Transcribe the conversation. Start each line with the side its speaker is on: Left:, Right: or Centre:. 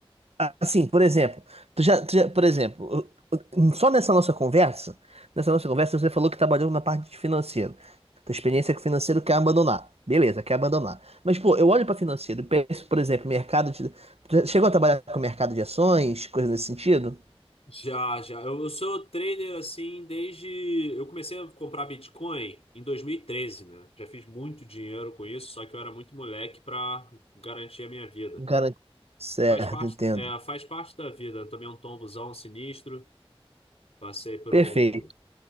Right: Assim, por exemplo, tu já, tu já- por exemplo, só nessa nossa conversa, nessa nossa conversa você falou que trabalhou na parte de financeiro. Tua experiência com financeiro quer abandonar. Beleza, quer abandonar. Mas, pô, eu olho para financeiro e penso, por exemplo, mercado de... tu já Chegou a trabalhar com mercado de ações, coisa nesse sentido?
Left: Já, já. Eu, eu sou trader assim desde. Eu comecei a comprar Bitcoin em dois mil e treze né? Já fiz muito dinheiro com isso, só que eu era muito moleque para garantir a minha vida.
Right: Garanto. Certo,
Left: Faz parte,
Right: entendo.
Left: da- é, faz parte da vida. Eu tomei um tombozão sinistro, passei por
Right: Perfeito,
Left: um.